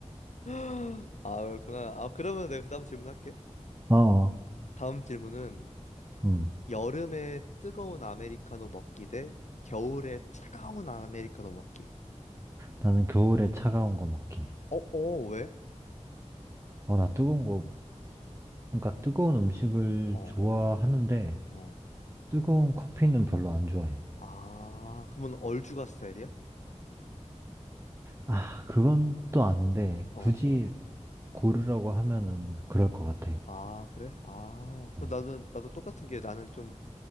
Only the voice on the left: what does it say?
<laughs> 아, 그렇구나. 아, 그러면 내가 그 다음 질문 할게.
다음 질문은
여름에 뜨거운 아메리카노 먹기 대 겨울에 차가운 아메리카노 먹기.
어, 어, 왜?
어, 어,
어.
아, 그러면 얼죽아 스타일이야?
어,
어.
아, 그래? 아, 그
나도 나도 똑같은 게 나는 좀